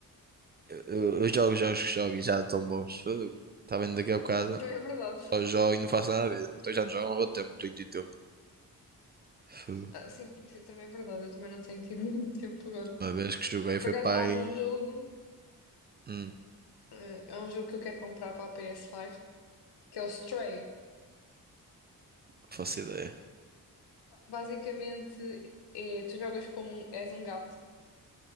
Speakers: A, on the right; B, on the left.
A: Eu, eu jogo jogos que jogo e já estão bons. Fogo. Está bem daqui a bocado.
B: Também é verdade.
A: Só jogo e não faço nada a ver. Então já não jogo há muito tempo, não tenho tempo. Fogo.
B: Ah, sim, isso também é verdade. Eu também não tenho tido <laughs> muito tempo agora.
A: Uma vez que joguei foi
B: Por acaso,
A: para
B: há
A: aí.
B: um jogo.
A: Hum, não
B: Eh, É um jogo que eu quero comprar para a PS5, que é o Stray.
A: faço ideia.
B: Basicamente, é, tu jogas como um- és um gato,